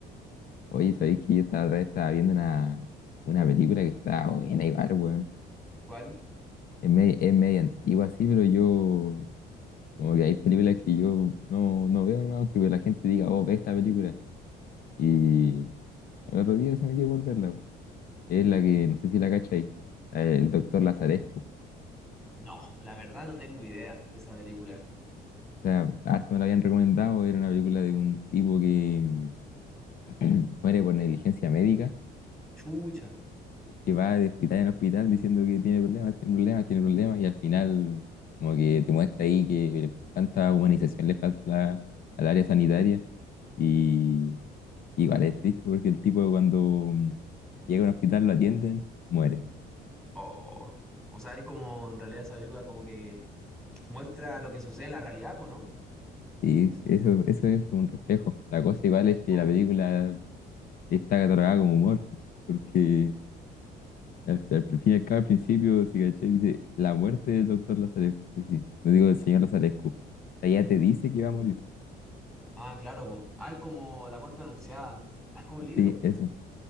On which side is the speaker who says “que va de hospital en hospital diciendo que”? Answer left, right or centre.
Left